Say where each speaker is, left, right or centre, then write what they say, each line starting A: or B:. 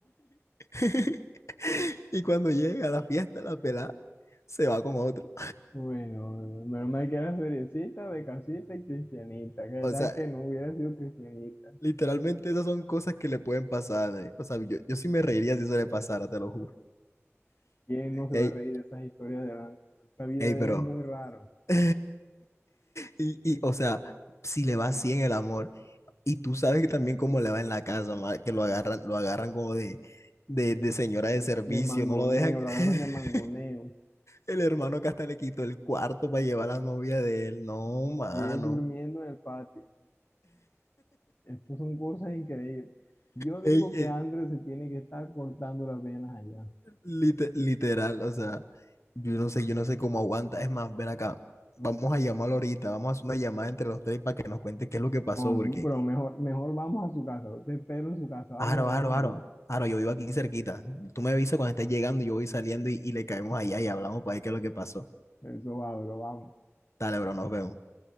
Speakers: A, on the left; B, on the left.
A: <laughs> y cuando llega a la fiesta, la pelada se va con otro.
B: Bueno, menos mal que era seriecita, de casita y cristianita. ¿Qué
A: O
B: tal
A: sea,
B: que no hubiera sido cristianita?
A: literalmente esas son cosas que le pueden pasar. eh. O sea, yo, yo sí me reiría si eso le pasara, te lo juro.
B: ¿Quién no se
A: Ey,
B: va a reír de esas historias de la... Esa vida
A: ey,
B: de
A: pero
B: él es muy raro.
A: <laughs> Y, y, o sea, si le va así en el amor, y tú sabes que también cómo le va en la casa, ma, que lo agarran, lo agarran como de, de,
B: De,
A: de señora
B: de-
A: de servicio,
B: de mangoneo,
A: no lo dejan.
B: lo
A: <laughs>
B: agarran de mangoneo.
A: El hermano que hasta le quitó el cuarto para llevar a la novia de él. No, mano.
B: Y él durmiendo en el patio. Estas son cosas increíbles. Yo digo
A: Ey, eh,
B: que Andrés se tiene que estar cortando las venas allá.
A: lite- literal, o sea, yo no sé, yo no sé cómo aguanta. Es más, ven acá, vamos a llamarlo ahorita, vamos a hacer una llamada entre los tres para que nos cuente qué es lo que pasó,
B: No,
A: porque
B: bro, mejor, mejor vamos a su casa. Te espero en su casa. Vamos
A: Aro,
B: a vernos
A: aro, aro.
B: allá.
A: Aro, yo vivo aquí cerquita. Tú me avisas cuando estés llegando y yo voy saliendo y, y le caemos allá y hablamos para ver qué es lo que pasó.
B: Eso va, bro, vamos.
A: Dale, bro, nos vemos.